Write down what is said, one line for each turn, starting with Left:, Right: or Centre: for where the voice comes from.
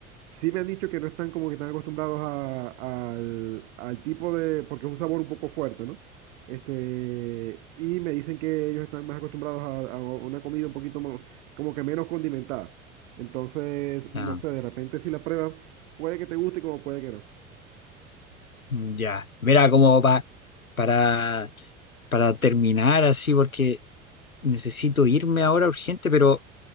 Right: sí me han dicho que no están como que están acostumbrados a- al, al tipo de, porque es un sabor un poco fuerte, ¿no? Este, y me dicen que ellos están más acostumbrados a, a una comida un poquito mo- como que menos condimentada. Entonces,
Left: ah,
Right: no sé, de repente si la pruebas, puede que te guste como puede que no.
Left: ya. Mira, como pa- para, para terminar así, porque necesito irme ahora urgente, pero...